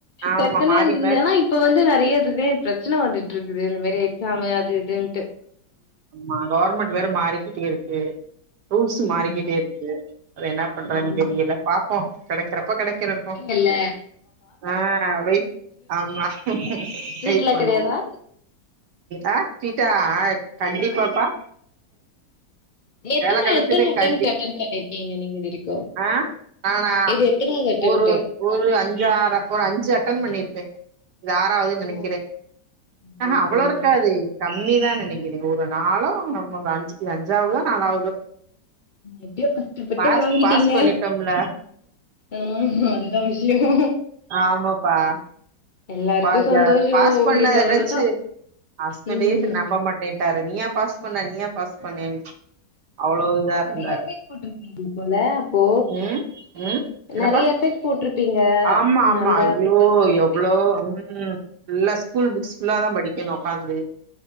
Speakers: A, on the right; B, on the left.
A: ஆமா
B: டக்குனே
A: மாறி
B: இருந்துருதேன்னா
A: மாறி
B: இப் இப்ப வந்து நெறை இதுதே பிரச்சன வந்துட்டு இருக்குது இந்த மாரி எக்ஸாம் அது இதுன்ட்டு
A: ஆமா கவர்மண்ட் வேற மாறிக்கிட்டே இருக்கு ரூல்ஸ் மாறிக்கிட்டே
B: ம்
A: இருக்கு அத என்ன பண்றதுன்னு
B: ஆமா
A: தெரியல பாப்போ கெடைக்கிறப்ப கெடைக்கிறட்டு
B: இல்ல
A: ஆ வெயிட் ஆமா
B: ட்ரீட்லா
A: வெயிட் பண்ணுவோ
B: கெடையாதா
A: ஆ சீட்டா ஆ கண்டிப்பாப்பா
B: ம் எத்தன
A: வேல கெடச்சது
B: எத்தன அட்டம்ட்
A: கண்டி
B: அட்டன் பண்ணிருக்கீங்க நீங்க இதுவரைக்கு
A: ஆ நானா
B: இது எத்தனாவது அட்டம்ட்டு
A: ஒரு ஒரு அஞ்சாற ஒரு அஞ்சு அட்டன் பண்ணிருப்பே இது ஆறாவதுன்னு நெனைக்கிறே
B: ஓ ஐயோ
A: ஆ ஹ அவ்ளோ
B: பரவால்ல
A: இருக்காது கம்மிதா நெனைக்கிறே ஒரு இவ நாளோ நம்ம அவ அஞ் அஞ்சாவதோ நாலாவதோ
B: எப்டியோ கஷ்டப்பட்டு
A: பாஸ்
B: வாங்கிட்டீங்க
A: பாஸ் பண்ணிட்டோம்ல
B: ம் அதுதா விஷயோ
A: ஆமாப்பா
B: எல்லாருக்கு
A: பாஸ்ஜாயிரு
B: சந்தோஷோ
A: பாஸ்
B: உங்களுக்கு
A: பண்ணத
B: அவ்ளோதா
A: நெனச்சு ஹஸ்பண்டே
B: ம்
A: சில
B: ம்
A: நம்ப மாட்டேன்ட்டாரு நீயா பாஸ் பண்ண நீயா பாஸ் பண்ணேனு அவ்ளோ இதா இருந்தாரு
B: நெறைய எஃபெக்ட் போட்ருக்கீங்க போல அப்போ
A: ம் ம் என்னப்பா
B: நெறைய எஃபெக்ட் போட்ருப்பீங்க
A: ஆமா ஆமா
B: நல்லா
A: ஐயோ
B: ப்ரிப்பேர் பண்ணிருப்பீங்க
A: எவ்ளோ ம் ஃபுல்லா ஸ்கூல் புக்ஸ் ஃபுல்லா தா படி க்கணு ஒக்காந்து